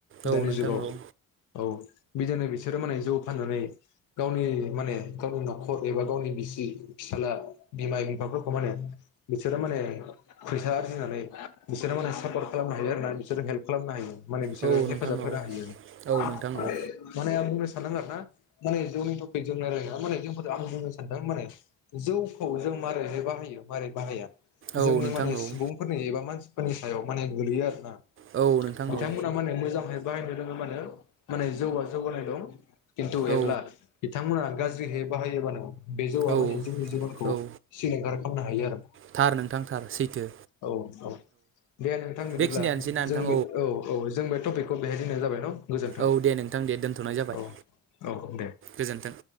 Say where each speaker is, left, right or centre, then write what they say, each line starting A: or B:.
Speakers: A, on the right; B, on the left.
A: औ
B: दानि
A: नोंथां
B: जुगाव
A: औ
B: औ बिदिनो बिसोरो माने जौ फाननानै गावनि माने गावनि नखर एबा गावनि बिसि फिसाला एबा बिफाफोरखौ माने बिसोरो फिसाला बिमा बिफामाखौ बिसोरो माने पैसा आरजिनानै होनोफैसा आरजिनानै बिसोरो माने सापर्ट खालामनो हायो आरो ना बिसोरो हेल्प खालामनो हायो माने बिसोरो
A: औ
B: हेफाजाब
A: नोंथां
B: होनो
A: औ
B: होयो
A: औ नोंथां औ
B: माने आं बुंनो सा सानदों आरो ना माने जौनि टपिक जों नायोना माने जों आं बुंनो सानदों माने जौखौ जों मारैह बाहायो मारै बाहाया
A: औ
B: जोंनि
A: नोंथां
B: माने
A: औ
B: सुबुंफोरनि एबा मानसि फोरनि सायाव माने गोगलैयो आरो ना
A: औ नोंथां
B: बिथांमोना
A: औ
B: माने मोजांहाय बाहायनो रोङोबानो माने जौआ जौगानाय दं किन्थु
A: औ
B: एब्ला बिथांमोना गाज्रिहै बाहायोबा नंगौ बेजौ
A: औ
B: <unintelligible> जोंनि जिबनखौ
A: औ
B: सिलिंखार खालामनो हायो आरो
A: थार नोंथां थार सैथो
B: औ औ दे नोंथां बिदिब्ला
A: बेखिनियानोसै ना नोंथां
B: जों औ औ जोंबाय टपिकखौ बेहाय होननाय जाबाय न' गोजोन्थों
A: औ दे नोंथां दे दोन्थ'नाय जाबाय
B: औ औ दे
A: गोजोन्थों